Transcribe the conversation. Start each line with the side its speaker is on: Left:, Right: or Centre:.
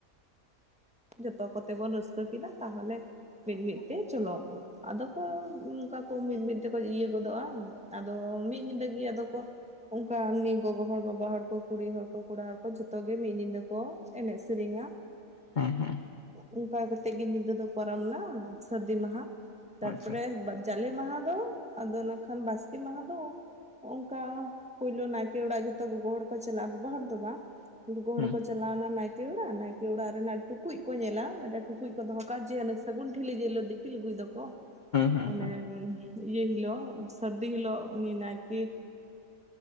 Centre: ᱡᱚᱛᱚ ᱠᱚᱛᱮ ᱵᱚᱱ ᱨᱟᱹᱥᱠᱟᱹ ᱠᱮᱫᱟ ᱛᱟᱦᱚᱞᱮ ᱢᱤᱫ ᱢᱤᱫ ᱛᱮ ᱪᱚᱞᱚ ᱟᱫᱚ ᱠᱚ ᱚᱱᱠᱟ ᱠᱚ ᱢᱤᱫ ᱢᱤᱫ ᱛᱮᱠᱚ ᱤᱭᱟᱹ ᱜᱚᱫᱚᱜᱼᱟ ᱟᱫᱚ ᱢᱤᱫ ᱧᱤᱫᱟᱹ ᱜᱮ ᱟᱫᱚ ᱠᱚ ᱚᱱᱠᱟ ᱮᱢᱱᱤ ᱜᱚᱜᱚ ᱦᱚᱲ ᱵᱟᱵᱟ ᱦᱚᱲ ᱠᱚ ᱠᱩᱲᱤ ᱦᱚᱲ ᱠᱚ ᱠᱚᱲᱟ ᱦᱚᱲ ᱠᱚ ᱡᱚᱛᱚ ᱜᱮ ᱢᱤᱫ ᱧᱤᱫᱟᱹ ᱠᱚ ᱮᱱᱮᱡ ᱥᱮᱨᱮᱧᱟ
Left: ᱦᱩᱸ ᱦᱩᱸ
Centre: ᱚᱱᱠᱟ ᱠᱟᱛᱮᱜ ᱜᱮ ᱧᱤᱫᱟᱹ ᱫᱚ ᱯᱟᱨᱚᱢᱱᱟ ᱥᱟᱹᱨᱫᱤ ᱢᱟᱦᱟ ᱛᱟᱨᱯᱚᱨᱮ
Left: ᱟᱪᱪᱷᱟ
Centre: ᱡᱟᱞᱮ ᱢᱟᱦᱟ ᱫᱚ ᱟᱫᱚ ᱠᱷᱟᱱ ᱵᱟᱥᱠᱮ ᱢᱟᱦᱟ ᱫᱚ ᱚᱱᱠᱟ ᱯᱩᱭᱞᱳ ᱱᱟᱭᱠᱮ ᱚᱲᱟᱜ ᱡᱷᱚᱛᱚ ᱜᱚᱜᱚ ᱦᱚᱲ ᱠᱚ ᱪᱟᱞᱟᱜᱼᱟ ᱵᱟᱵᱟ ᱦᱚᱲ ᱫᱚ ᱵᱟᱝ ᱜᱩᱜᱚ ᱦᱚᱲ
Left: ᱦᱩᱸ
Centre: ᱠᱚ ᱪᱟᱞᱟᱣ ᱮᱱᱟ ᱱᱟᱭᱠᱮ ᱚᱲᱟᱜ ᱱᱟᱭᱠᱮ ᱚᱲᱟᱜ ᱨᱮᱱᱟᱜ ᱴᱩᱠᱩᱡ ᱠᱚ ᱧᱮᱞᱟ ᱢᱤᱫᱴᱮᱡ ᱴᱩᱠᱩᱡ ᱠᱚ ᱫᱚᱦᱚ ᱠᱟᱜᱼᱟ ᱥᱟᱹᱜᱩᱱ ᱴᱷᱤᱞᱤ ᱡᱮᱦᱤᱞᱚᱜ ᱫᱤᱯᱤᱞ ᱟᱜᱩᱭ ᱫᱚᱠᱚ
Left: ᱦᱩᱸ
Centre: ᱢᱟᱱᱮ
Left: ᱦᱩᱸ
Centre: ᱤᱭᱟᱹ ᱦᱤᱞᱳᱜ ᱥᱟᱹᱨᱫᱤ ᱦᱤᱞᱳᱜ ᱩᱱᱤ ᱱᱟᱭᱠᱮ